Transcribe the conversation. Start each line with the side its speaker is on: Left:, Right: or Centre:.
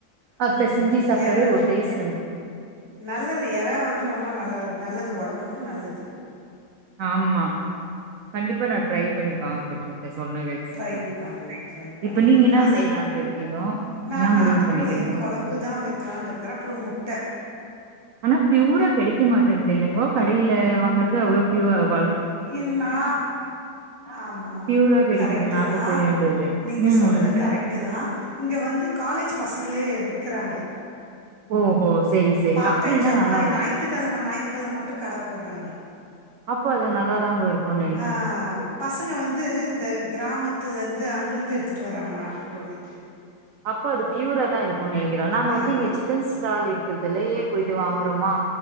Right: அப்ப
Left: ஆ
Right: பேசஞ்சு சாப்பிட்டவே
Left: எறா
Right: ஒரு டேஸ்ட்க்கு
Left: நல்லது எரா வந்து ரொம்ப நல்ல நல்லது உடம்புக்கும் நல்லது
Right: ஆமா கண்டிப்பா நான் ட்ரை பண்ணி பாக்குறே நீங்க சொன்ன ரெசிபி
Left: ட்ரை பண்ணுங்க ட்ரை பண்ணுங்க
Right: இப்ப நீங்க என்ன
Left: அது
Right: செய்யலான்ட்டு இருக்கீங்கோ
Left: நான்
Right: என்ன முடிவு
Left: நாட்டுக்கோழி
Right: பண்ணிக்கிறீங்கோ
Left: குழம்புதான் வைக்கலாம் இருக்கறேன் அப்றம் முட்டை
Right: ஆனா பியூரா கிடைக்க மாட்டேந்தது இல்லலைங்கோ கடையில வாங்குறது அவ்வளோ பியூரு அவ
Left: என் நா ஆமா
Right: பியூரா கெடைக்குது
Left: கரெக்ட்
Right: நாட்டுக்கோழின்றது
Left: தான் நீங்க
Right: ம்
Left: சொல்றது கரெக்ட் கரெக்ட் தான் இங்கே வந்து காலேஜ் பசங்களே விக்கிறாங்க
Right: ஓஹோ செரி செரி
Left: பார்ட்
Right: அப்டின்னா
Left: டைம் ஜாப்
Right: நல்லா
Left: மாதிரி
Right: இருக்கு
Left: ஞாயித்து க்கிழமை ஞாயித்துக்கிழமை மட்டும் கடை போடுறாங்க
Right: அப்போ அது நல்லாதான் இருக்கும்
Left: அஹ் பசங்க வந்து இந்த கிராமத்துலேருந்து அங்கேருந்து எடுத்துகிட்டு வராங்க நாட்டுக்கோழி
Right: அப்போ அது பியூரா தான் இருக் ஒ நினைக்கிறோம் நாங்க வந்து
Left: ஆமா
Right: கும் நினைக்கிற இங்க சிக்கன் ஸ்டால் இருக்கிறதுலயே போயிட்டு வாங்கறோமா